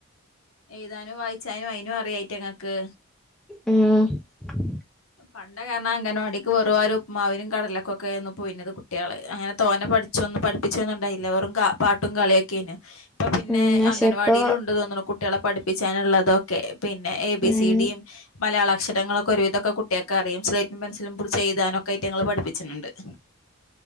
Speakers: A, on the left; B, in the centre.
A: എഴുതാനും വായിച്ചാനും അയിനുംഅറിയായിറ്റങ്ങക്ക്.
B: മ്.
A: പണ്ട കാരണം അങ്ങൻവാടിക്ക് വെറോര്പ്പമാവിനും കടലൊക്കൊക്കൊരുന്നു പോയിണത് കുട്ടള് അങ്ങനെ. തോനെ പഠിച്ചൊന്നും പഠിപ്പിച്ചൊന്നുംണ്ടായില്ലാ വെറും കാ പാട്ടും കളിയൊക്കെ കെനു ഇപ്പൊ പിന്നെ
B: ഉം പക്ഷെ
A: അംഗൻവാടിലുണ്ട്
B: ഇപ്പൊ
A: തോന്നണു കുട്ടികളെ പഠിപ്പിച്ചാനുള്ളതൊക്കെ. പിന്നെ എ ബി
B: ഉം
A: സി ഡിയും. മലയാള അക്ഷരങ്ങളൊക്കെ ഒരുവിധൊക്കെ കുട്ടികക്കെറിം സ്ലൈറ്റും പെൻസിലും പുട്ചെയ്താനൊക്കറ്റങ്ങളെ പഠിപ്പിച്ണ് ണ്ട്. <inaudible>